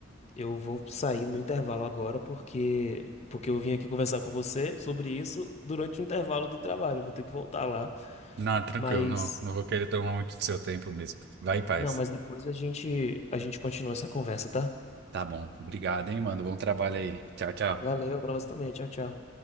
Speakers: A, on the left (about 35°); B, on the right (about 55°).
A: eu vou sair no intervalo agora porque, porque eu vim aqui conversar com você sobre isso durante o intervalo do trabalho. Eu Vou ter que voltar lá.
B: não, tranquilo,
A: Mas,
B: não, não vou querer tomar muito do seu tempo mesmo. Vai em paz.
A: não, mas depois a gente, a gente continua essa conversa, tá?
B: Tá bom, obrigado, hein, mano. Bom trabalho aí. Tchau, tchau.
A: Valeu, pra você também. Tchau, tchau.